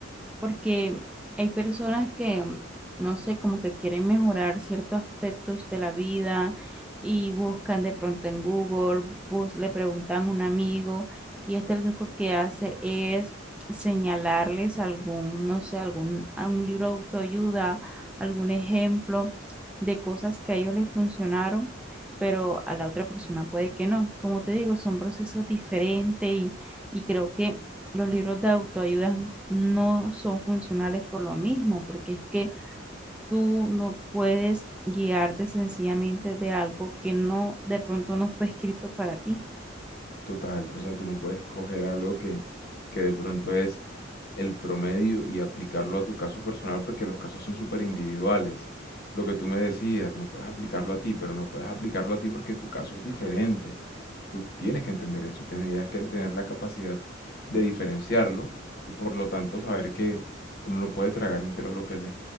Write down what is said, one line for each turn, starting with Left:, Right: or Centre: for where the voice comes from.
Centre: Porque hay personas que, mm, no sé, como que quieren mejorar ciertos aspectos de la vida y buscan de pronto en Google, bus- le preguntan a un amigo y este lo único que hace es señalarles algún, no sé, algún, algún libro de autoayuda, algún ejemplo de cosas que a ellos les funcionaron pero a la otra persona puede que no. Como te digo, son procesos diferentes y, y creo que los libros de autoayuda no son funcionales por lo mismo, porque es que tú no puedes guiarte sencillamente de algo que no, de pronto no fue escrito para ti.
Left: Total, o sea, tú no puedes coger algo que, que de pronto es el promedio y aplicarlo a tu caso personal porque los casos son súper individuales. Lo que tú me decías, no puedes aplicarlo a ti, pero no puedes aplicarlo a ti porque tu caso es diferente. Tú tienes que entender eso, tendrías que tener la capacidad de diferenciarlo y por lo tanto saber que uno no puede tragar entero lo que lee.